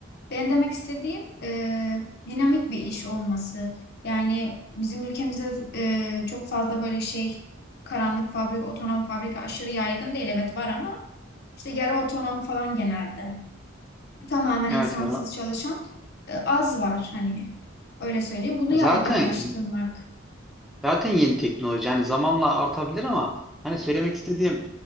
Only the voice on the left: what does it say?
Benim demek istediğim e, dinamik bir iş olması. Yani bizim ülkemizde e, çok fazla böyle şey karanlık fabrika, otonom fabrika aşırı yaygın değil. Evet var ama işte yarı otonom falan genelde. Tamamen insansız
çalışan e, az var hani öyle söyleyeyim. Bunu yaygınlaştırmak.